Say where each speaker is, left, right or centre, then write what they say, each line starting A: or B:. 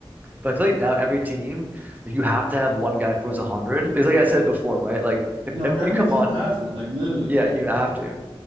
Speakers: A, on the right; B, on the right.
A: But I feel like now every team, like, you have to have one guy throws a hundred because, like I said before, right? Like if,
B: No,
A: if
B: every
A: you come
B: team
A: on,
B: has one. Like literally
A: yeah,
B: every
A: you have to.